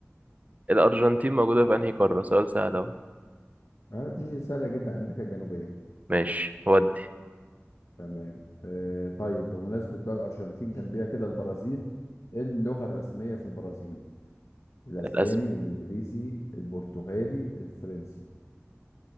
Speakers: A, on the right; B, on the left.
A: الأرجنتين موجودة في انهي قارة سؤال سهل اهو
B: آه، دي سهلة جدا أمريكا الجنوبية
A: ماشي ودي
B: تمام آه طيب بمناسبة بقى الأرجنتين جنبيها كده البرازيل إيه اللغة الرسمية في البرازيل الأسباني
A: الأس...
B: الإنجليزي البرتغالي الفرنسي